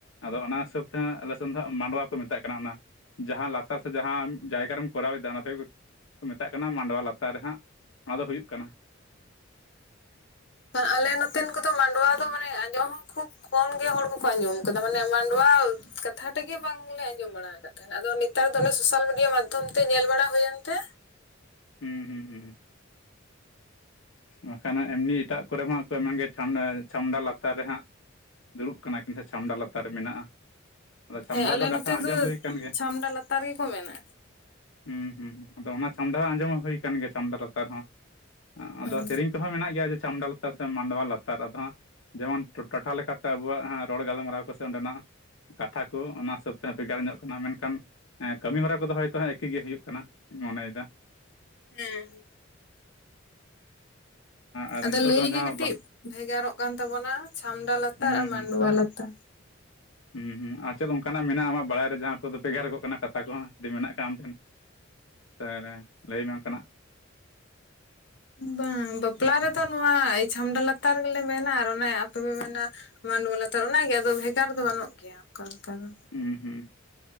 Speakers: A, on the left; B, on the left.
A: ᱟᱫᱚ ᱚᱱᱟ ᱦᱤᱥᱟᱹᱵ ᱛᱮᱦᱟᱸ ᱟᱞᱮᱥᱮᱫ ᱫᱚ ᱦᱟᱸᱜ ᱢᱟᱰᱚᱣᱟ ᱠᱚ ᱢᱮᱛᱟᱜ ᱠᱟᱱᱟ ᱚᱱᱟ ᱾ ᱡᱟᱦᱟᱸ ᱞᱟᱛᱟᱨ ᱥᱮ ᱡᱟᱦᱟᱸ ᱡᱟᱭᱜᱟ ᱨᱮᱢ ᱠᱚᱨᱟᱣᱮᱫᱟ ᱚᱱᱟ ᱫᱚ ᱠᱚ ᱢᱮᱛᱟᱜ ᱠᱟᱱᱟ ᱢᱟᱰᱣᱟ ᱞᱟᱛᱟᱨ ᱨᱮᱦᱟᱸᱜ ᱚᱱᱟ ᱫᱚ ᱦᱩᱭᱩᱜ ᱠᱟᱱᱟ ᱾
B: ᱟᱞᱮ ᱱᱚᱛᱮ ᱱᱚᱛᱮᱱ ᱠᱚᱫᱚ ᱢᱟᱰᱚᱣᱟ ᱫᱚ ᱢᱟᱱᱮ ᱟᱸᱡᱚᱢ ᱠᱷᱩᱵ ᱠᱚᱢ ᱜᱮ ᱦᱚᱲ ᱵᱟᱠᱚ ᱟᱸᱡᱚᱢ ᱟᱠᱟᱫᱟ ᱢᱟᱱᱮ ᱢᱟᱰᱚᱣᱟ ᱠᱟᱛᱷᱟ ᱛᱮᱜᱮ ᱵᱟᱝᱞᱮ ᱟᱸᱡᱚᱢ ᱵᱟᱲᱟ᱾ ᱟᱫᱚ ᱱᱮᱛᱟᱨ ᱫᱚ ᱚᱸᱱᱮ ᱥᱳᱥᱟᱞ ᱢᱤᱰᱤᱭᱟ ᱢᱟᱫᱽᱫᱷᱚᱢ ᱛᱮ ᱧᱮᱞ ᱵᱟᱲᱟ ᱦᱩᱭᱮᱱᱛᱮ᱾
A: ᱦᱩᱸ ᱦᱩᱸ ᱦᱩᱸ ᱦᱩᱸ ᱵᱟᱠᱷᱟᱱ ᱮᱢᱱᱤ ᱮᱴᱟᱜ ᱠᱚᱨᱮ ᱢᱟ <unintelligible> ᱪᱷᱟᱢᱼᱪᱷᱟᱢᱰᱟ ᱞᱟᱛᱟᱨ ᱨᱮ ᱦᱟᱸᱜ᱾ ᱫᱩᱲᱩᱵ ᱠᱟᱱᱟ ᱠᱤᱱ ᱥᱮ ᱪᱷᱟᱢᱰᱟ ᱞᱟᱛᱟᱨ ᱨᱮ ᱢᱮᱱᱟᱜᱼᱟ ᱟᱫᱚ ᱪᱷᱟᱢᱰᱟ
B: ᱦᱮᱸ ᱟᱞᱮ
A: ᱫᱚ ᱠᱟᱛᱷᱟ
B: ᱱᱚᱛᱮ
A: ᱟᱸᱡᱚᱢ ᱦᱩᱭ ᱟᱠᱟᱱ ᱜᱮ᱾
B: ᱪᱷᱟᱢᱰᱟ ᱞᱟᱛᱟᱨ ᱜᱮᱠᱚ ᱢᱮᱱᱟ
A: ᱦᱩᱸ ᱦᱩᱸ ᱟᱫᱚ ᱚᱱᱟ ᱪᱷᱟᱢᱰᱟ ᱦᱚᱸ ᱟᱸᱡᱚᱢ ᱦᱩᱭ ᱠᱟᱱ ᱜᱮ, ᱪᱷᱟᱢᱰᱟ ᱞᱟᱛᱟᱨ ᱨᱮ ᱦᱚᱸ, ᱟᱫᱚᱼᱼ
B: ᱦᱩᱸ
A: ᱦᱚᱸ ᱢᱮᱱᱟᱜ ᱜᱮᱭᱟ ᱪᱷᱟᱢᱰᱟ ᱞᱟᱛᱟᱨ ᱥᱮ ᱢᱟᱰᱣᱟ ᱞᱟᱛᱟᱨ ᱟᱫᱚ ᱦᱟᱸᱜᱼᱼ ᱡᱮᱢᱚᱱ ᱴᱚᱴᱷᱟ ᱞᱮᱠᱟᱛᱮ ᱟᱵᱚᱣᱟᱜ, ᱨᱚᱲ ᱜᱟᱞᱢᱟᱨᱟᱣ ᱠᱚᱥᱮ ᱚᱸᱰᱮᱱᱟᱜ ᱠᱟᱛᱷᱟ ᱠᱚ, ᱚᱱᱟ ᱦᱤᱥᱟᱹᱵ ᱛᱮ ᱦᱟᱸᱜ, ᱵᱷᱮᱜᱟᱨ ᱧᱚᱜ ᱠᱟᱱᱟ, ᱢᱮᱱᱠᱷᱟᱱᱼᱼ ᱦᱮᱸ, ᱠᱟᱹᱢᱤ ᱦᱚᱨᱟ ᱠᱚᱫᱚ ᱦᱚᱭᱛᱳ ᱦᱟᱸᱜ ᱮᱠᱤ ᱜᱮ ᱦᱩᱭᱩᱜ ᱠᱟᱱᱟ ᱢᱚᱱᱮᱭᱮᱫᱟ
B: ᱦᱮᱸ ᱦᱮᱸ
A: ᱟᱨ
B: ᱟᱫᱚ
A: ᱱᱤᱛᱚᱜ
B: ᱞᱟᱹᱭ
A: ᱫᱚ ᱡᱟᱦᱟᱸ
B: ᱜᱮ ᱠᱟᱴᱤᱜ
A: ᱵᱟ
B: ᱵᱷᱮᱜᱟᱨᱚᱜ ᱠᱟᱱ ᱛᱟᱵᱚᱱᱟ, ᱪᱷᱟᱢᱰᱟ ᱞᱟᱛᱟᱨ
A: ᱦᱩᱸ
B: ᱟᱨ ᱢᱟᱰᱚᱣᱟ
A: ᱦᱩᱸ
B: ᱞᱟᱛᱟᱨ᱾
A: ᱦᱩᱸ ᱦᱩᱸ, ᱟᱨ ᱪᱮᱜ ᱚᱱᱠᱟᱱᱟᱜ ᱢᱮᱱᱟᱜᱼᱟ ᱟᱢᱟᱜ ᱵᱟᱲᱟᱭ ᱨᱮ ᱡᱟᱦᱟᱸ ᱠᱚᱫᱚ ᱵᱷᱮᱜᱟᱨᱚᱜ ᱠᱟᱱᱟ ᱠᱟᱛᱷᱟ ᱠᱚᱦᱚᱸ, ᱡᱮ ᱢᱮᱱᱟᱜ ᱠᱟᱜᱼᱟ ᱟᱢ ᱴᱷᱮᱱ᱾ <unintelligible> ᱞᱟᱹᱭᱢᱮ ᱚᱱᱠᱟᱱᱟᱜ᱾
B: ᱵᱟᱝ, ᱵᱟᱯᱞᱟ ᱨᱮᱫᱚ ᱱᱚᱣᱟ ᱪᱷᱟᱢᱰᱟ ᱞᱟᱛᱟᱨ ᱜᱮᱞᱮ ᱢᱮᱱᱟ ᱟᱨ ᱚᱱᱮ ᱟᱯᱮ ᱯᱮ ᱢᱮᱱᱼᱟᱼᱼ ᱢᱟᱱᱰᱚᱣᱟ ᱞᱟᱛᱟᱨ ᱚᱱᱟᱜᱮ ᱟᱫᱚ ᱵᱷᱮᱜᱟᱨ ᱫᱚ ᱵᱟᱹᱱᱩᱜ ᱜᱮᱭᱟ, ᱚᱱᱠᱟ ᱞᱮᱠᱟ ᱫᱚ᱾
A: ᱩᱸ ᱦᱩᱸ